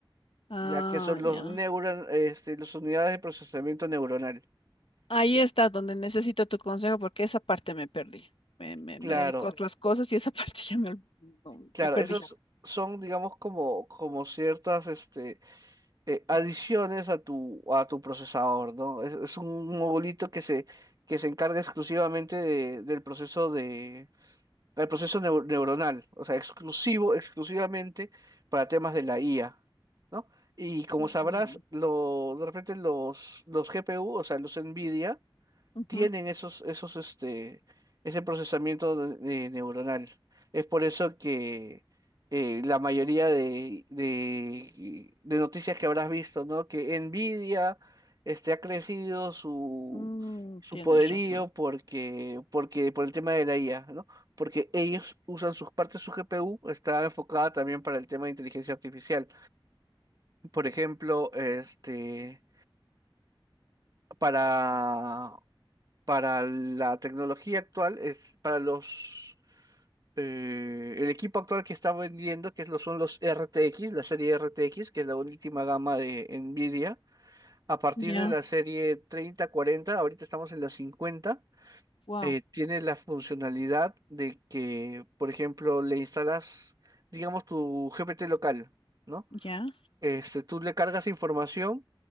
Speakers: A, on the left; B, on the right.
A: Ah,
B: ya que son
A: ya.
B: los neuron, este, las unidades de procesamiento neuronal.
A: Ahí
B: Ya.
A: está donde necesito tu consejo porque esa parte me perdí. Me, me,
B: Claro,
A: me dedico a Vale. otras cosas y esa parte <laughs> ya me, ol- no,
B: Claro,
A: me perdí.
B: esos son, digamos, como, como ciertas este, eh, adiciones a tu, a tu procesador, ¿no? Es, es un modulito que se, que se encarga exclusivamente de- del proceso de, del proceso neu- neuronal, o sea, exclusivo, exclusivamente para temas de la IA, ¿no? Y como
A: Ujú,
B: sabrás, lo, de repente los, los GPU, o sea, los NVIDIA,
A: ujú.
B: tienen esos, esos, este, ese procesamiento de- de neuronal. Es por eso que eh, la mayoría de, de, de noticias que habrás visto, ¿no? Que Nvidia este, ha crecido su,
A: Mm,
B: su
A: tienes
B: poderío
A: razón.
B: porque, porque, por el tema de la IA, ¿no? Porque ellos usan sus partes, su GPU está enfocada también para el tema de inteligencia artificial. Por ejemplo, este, para para la tecnología actual, es para los eh, el equipo actual que está vendiendo, que es lo- son los RTX, la serie RTX, que es la última gama de Nvidia, a partir
A: Ya,
B: de la serie 30 40 ahorita estamos en la cincuenta
A: wow,
B: eh, tiene la funcionalidad de que, por ejemplo, le instalas, digamos, tu GPT local, ¿no?
A: ya.
B: Este, tú le cargas información